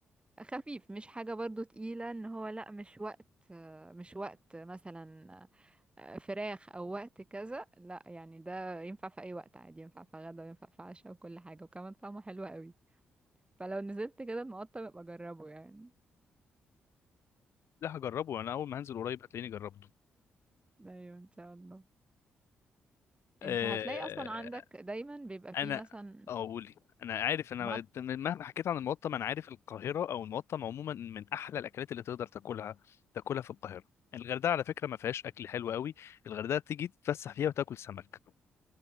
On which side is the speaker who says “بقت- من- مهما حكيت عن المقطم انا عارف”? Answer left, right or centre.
Left